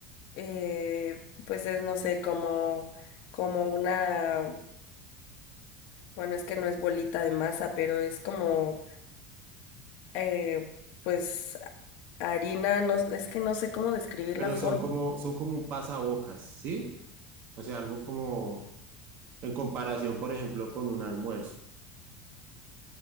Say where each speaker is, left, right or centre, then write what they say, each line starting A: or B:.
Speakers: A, on the left; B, on the right.
A: eh, pues es, no sé, como, como una, bueno, es que no es bolita de masa, pero es como eh, pues harina, no, es que no sé cómo describir
B: Pero
A: la forma.
B: son como, son como un pasabocas, ¿sí? O sea, algo como en comparación, por ejemplo, con un almuerzo.